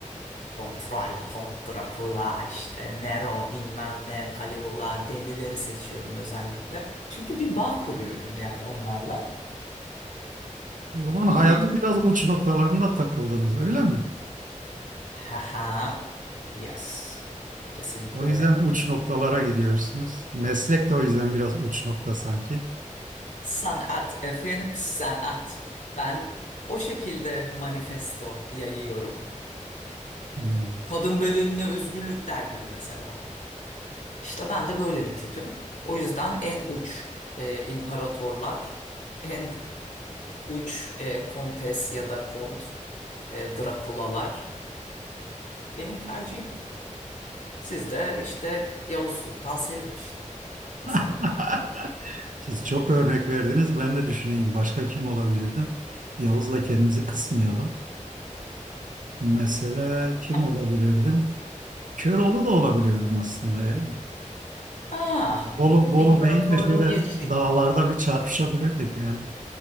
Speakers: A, on the left; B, on the right.
A: Kontral, Kont Drakula, işte Nero bilmem ne, Caligula delileri seçiyorum özellikle. Çünkü bir bağ kuruyorum yani onlarla.
B: O zaman hayatın
A: Hihi.
B: biraz uç noktalarında takıldınız öyle mi?
A: Haha. Yes. Kesinlikle
B: O yüzden
A: öyle.
B: uç noktalara gidiyorsunuz. Meslek de o yüzden biraz uç nokta sanki.
A: Sanat efendim sanat. Ben o şekilde manifesto yayıyorum.
B: Hmm.
A: Kadın bedenine özgürlük der gibi mesela. İşte ben de böyle bir tipim. O yüzden en uç e, imparatorlar, en uç e, kontes ya da kont, e, Drakulalar benim tercihim. Siz de işte Yavuz Sultan Selim işte mesela.
B: <laughs> Siz çok örnek verdiniz. Ben de düşüneyim. Başka kim olabilirdim? Yavuz'la kendimizi kısmayalım. Mesela kim
A: Ha,
B: olabilirdim? Köroğlu da olabilirdim aslında ya.
A: Ah,
B: Bolu, Bolu
A: imparatorluğu
B: Bey'le şöyle
A: geçtik.
B: dağlarda bir çarpışabilirdik yani.